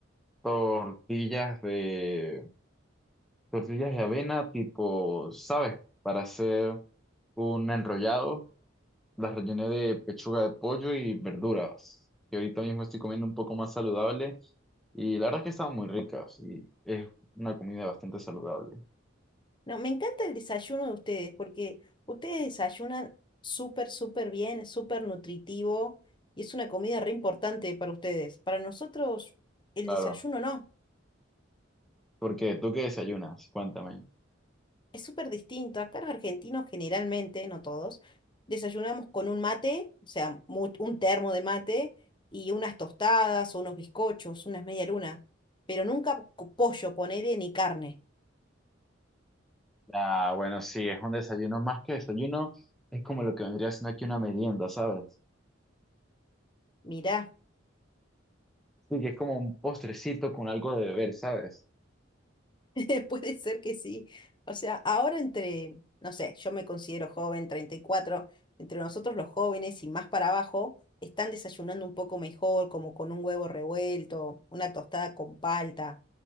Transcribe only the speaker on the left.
No, me encanta el desayuno de ustedes porque ustedes desayunan súper, súper bien, súper nutritivo y es una comida re importante para ustedes. Para nosotros el
desayuno no,
es súper distinto. Acá los argentinos generalmente, no todos, desayunamos con un mate, o sea, mu- un termo de mate y unas tostadas o unos bizcochos, unas media luna, pero nunca co- pollo, ponele, ni carne.
Mirá.
<laughs> Puede ser que sí. O sea, ahora entre, no sé, yo me considero joven, treinta y cuatro entre nosotros los jóvenes y más para abajo, están desayunando un poco mejor, como con un huevo revuelto, una tostada con palta.